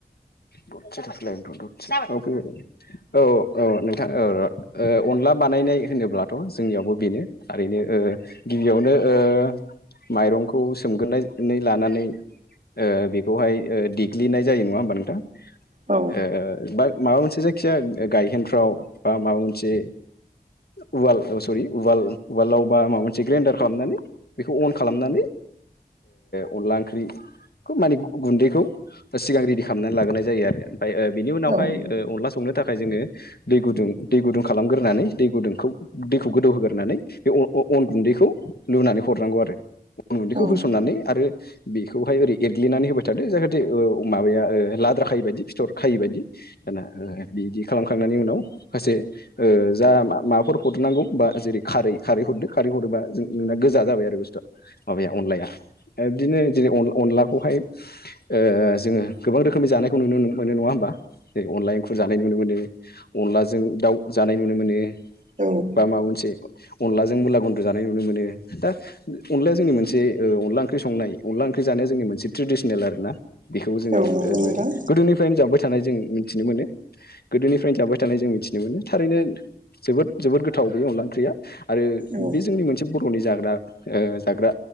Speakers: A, on the left; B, on the right.
A: ददसे थाथ'लाय ओं ददसे औ फैबाय औ औ नोंथां औ र। ओ अनला बानायनाय होनोब्लाथ जोंनियावबो बेनो ओरैनो ओ गिबियावनो ओ माइरंखौ सोमगोरनायनै लानानै ओ बेखौहाय देग्लिनाय जायो नङा होमबा नोंथां ओ
B: औ
A: बा माबा मोनसे जायखिजाया गायहेनफ्राव बा माबा मोनसे उवाल सरि उवाल उवालावबा माबा मोनसे ग्रेन्डार खालामनानै। बेखौ अन खालामनानै ओ अनला ओंख्रिखौ माने गुन्दैखौ सिगां रेडि खालामनानै लाग्रोनाय जायो आरो ओमफ्राय ओ बिनि उनावहाय
B: औ
A: ओ अनला संनो थाख <unintelligible> जोङो दै गुदुं दै गुदुं खालामगोरनानै दै गुदुंखौ दैखौ गोदौहोगोरनानै बे अ अ अन गुन्दैखौ लुनानै हरनांगौ आरो उन गन्दैखौ
B: औ
A: होसननानै आरो बेखौहाय ओरै एरग्लिनानै होबाय थादो जाहाथे ओ माबाया ओ लाद्रा खायि बायदि फिथर खायै बायदि दाना बिदि खालामखांनायनि उनाव <unintelligible> ओ जा मा माबाफोर हरनांगौ बा जेरै खारै खारै हरदो खारै हरोबा जों नोंना गोजा जाबाय बाय आरो बुस्थुआ माबाया अनलाया बिदिनो जेरै अनला-अनलाखौहाय ओ जोङो गोबां रोखोमनि जानायखौ नुनो मोनो नङा होमबा ओ अनला एंखुर जानाय नुनो मोनो अनलाजों दाउ जानाय नुनो मोनो
B: औ
A: बा माबा मोनसे अनलाजों मुला गुन जानाय नुनो मोनो दा अनलाया जोंनि मोनसे ओ अनला ओंख्रि संनाय अनला ओंख्रि जानाया जोंनि मोनसे ट्रेडिसनेल आरोना बेखौबो जों ओ
B: नंगौ नोंथां
A: गोदोनिफ्रायनो जाबोबाय थानाय जों मिथिनो मोनो गोदोनिफ्रायनो जाबाय थानाय जों मिथिनो मोनो थारैनो जोबोद जोबोद गोथाव बे अनला ओंख्रिया आरो
B: औ
A: बे जोंनि मोनसे बर'नि जाग्रा ओ जाग्रा